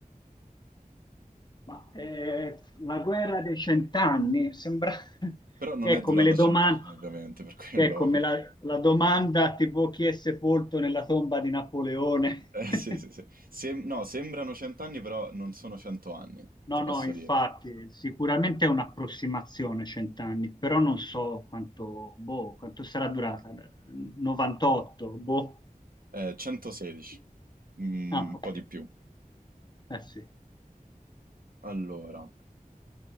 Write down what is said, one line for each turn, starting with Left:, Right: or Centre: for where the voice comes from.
Left: Ma eh, la guerra dei cent'anni sembra <laughs>
Right: Però non
Left: che
Right: è
Left: è come
Right: durata
Left: le
Right: cent'anni,
Left: domande,
Right: ovviamente, per quello...
Left: che è come la,
Right: <laughs>
Left: la domanda tipo chi è sepolto nella tomba di Napoleone.
Right: Eh,
Left: <laughs>
Right: sì, sì, sì. Sem- no, sembrano cent'anni, però non sono cento anni,
Left: No,
Right: ti
Left: no,
Right: posso
Left: infatti,
Right: dire.
Left: sicuramente è un'approssimazione cent'anni, però non so quanto, boh, quanto sarà durata. 98, boh.
Right: Eh, 116, Mm,
Left: Ah,
Right: un
Left: ok.
Right: po' di più.
Left: Eh sì.
Right: Allora,